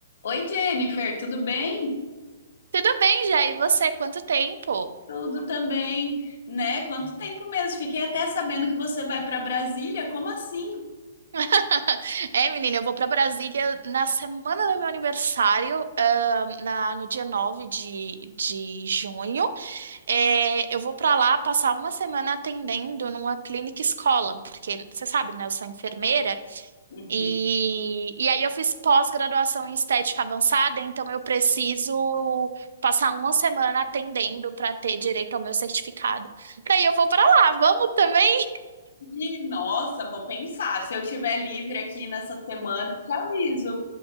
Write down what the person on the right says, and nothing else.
Tudo bem, Jair? E você? Quanto tempo?
<laughs> É, menina, eu vou para Brasília na semana do meu aniversário, ah, na, no dia 9 de, de junho. É, eu vou para lá passar uma semana atendendo numa clínica escola, porque você sabe, né? Eu sou enfermeira
e, e aí eu fiz pós-graduação em estética avançada, então eu preciso passar uma semana atendendo para ter direito ao meu certificado. Daí eu vou para lá, vamos também?